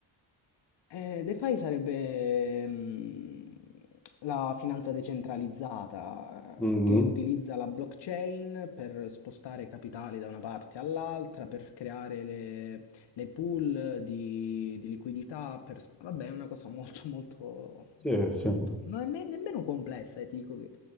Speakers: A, on the left; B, in the centre.
A: Eh, DeFi sarebbe mm, la finanza decentralizzata
B: Mhm.
A: eh, che utilizza la blockchain per spostare capitali da una parte all'altra, per creare le, le pool di, di liquidità, per- vabbè, è una cosa molto, molto,
B: Sì,
A: molto,
B: sì.
A: molto, non è me- nemmeno complessa, eh, ti dico che